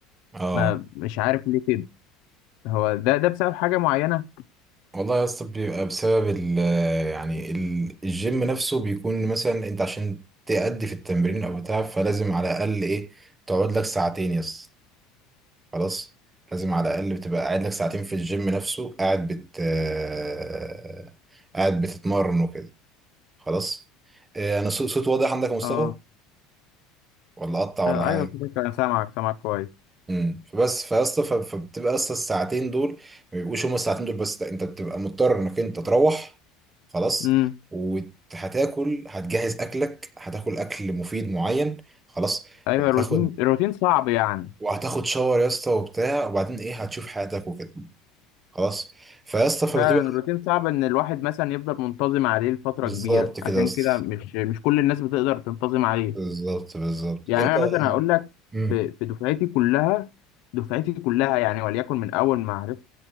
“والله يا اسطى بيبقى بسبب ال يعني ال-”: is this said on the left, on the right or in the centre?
Right